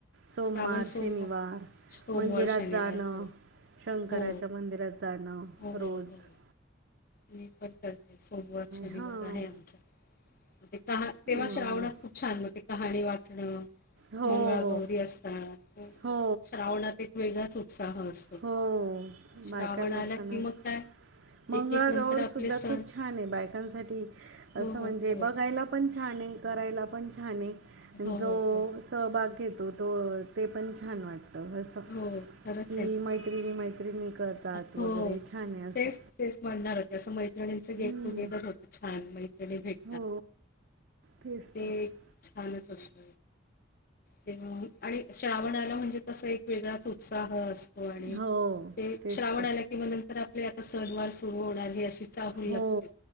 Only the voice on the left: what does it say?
श्रावण सोमवार
सोमवार
शनिवार
हो
हो
हो हो
हो.
मी पण करते सोमवार शनिवार
आहे आमचा! ते तेव्हा
श्रावणात खूप छान! मग ते कहाणी वाचणं!
मंगळागौरी
असतात.
श्रावणात एक वेगळाच उत्साह असतो.
श्रावण
आला
की
मग काय
एक एक नंतर
आपले
सण
हो
हो
हो
हो,
हो,
हो खरच! !
हो.
तेच, तेच म्हणणार होते, असं मैत्रिणींचं गेट
टुगेदर होतं छान मैत्रणी भेट
ते!
! छानच असत तेव आणि! श्रावणाला म्हणजे तस एक! वेगळाच उत्साह असतो, आणि
ते
श्रावणाला
की! किंवा नंतर आपली आता, सणवार सुरू होणारी अशी! ! चाहूल
लागते